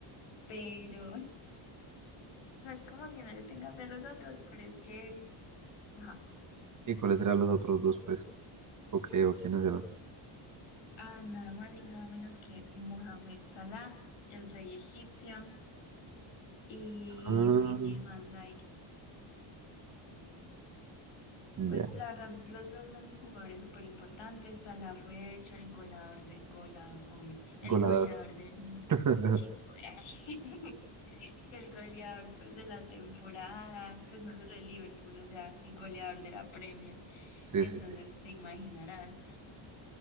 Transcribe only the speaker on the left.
pero <laughs> no es como que no le tenga fe a los otros, pero es que, ajá,
ah, nada más y nada menos que Mohamed Salah, el rey egipcio, y
Virgil van Dijk.
Pues la verdad, los dos son jugadores súper importantes. Salah fue de hecho el goleador de, goleador, obvio, el
goleador del
Chito, <laughs> el goleador pues de la temporada, pues no solo de Liverpool, o sea, el goleador de la Premier.
Entonces
te imaginarás.